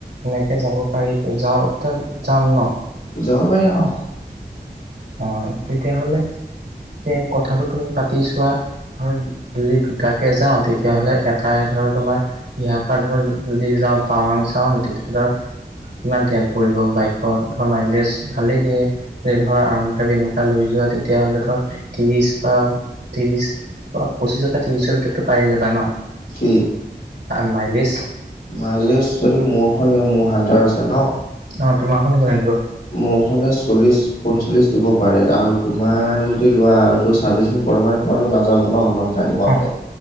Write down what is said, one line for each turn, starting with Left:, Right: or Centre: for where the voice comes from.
Right: এনেকৈ যাব পাৰিতো, যাওঁতে যাম ন?
Left: যাব পাৰি অ।
Right: অ তেতিয়াহলে এ কথাটো তুমি পাতি চোৱা। ধৰ যদি দুটাকে যাওঁ তেতিয়াহ'লে এটাই ধৰ তোমাৰ ইয়াৰ পৰা ধৰ যদি যাওঁ টাৱাং চাৱাং তেতিয়া ধৰ। কিমান তেল পৰিব বাইকত ধৰ মাইলেজ ভালেই দিয়ে সে ধৰা কাৰণ এনেকুৱা লৈ যোৱা তেতিয়াহ'লে ধৰ ত্ৰিশ বা ত্ৰিশ পঁচিশ কা ত্ৰিশৰ ভিতৰতো পাইয়ে যাবা ন।
Left: কি?
Right: আ মাইলেছ।
Left: মাইলেজ যদি মোৰখনও মোৰ হান্তাৰ আছে ন।
Right: অ তোমাৰখনো কিমান দিব?
Left: মোৰখনে চল্লিছ। পঞ্চল্লিছ দিব পাৰে আৰু তোমাৰ যদি লোৱা আৰু য ছাৰ্ভিচিং প্ৰথমতে তোমাৰতো নাযাব ন লং। ৰানিং মাৰোতে,
Right: অ